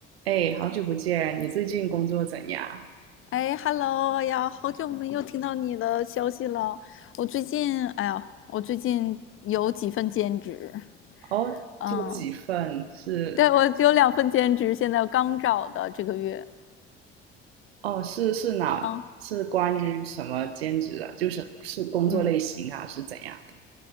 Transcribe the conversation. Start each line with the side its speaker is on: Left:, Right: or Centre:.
Right: 哎，好久不见！你最近工作怎样？
Left: 哎，Hello 哎呀，好久没有听到你的消息了。我最近，哎呀，我最近有几份兼职，
Right: 哦，
Left: 嗯，
Right: 做几份是？
Left: 对，我有两份兼职，现在刚找的这个月，
Right: 哦，是是哪？
Left: 啊，
Right: 是关于什么兼职啊？就是是工作类型啊，
Left: 嗯，
Right: 是怎样的？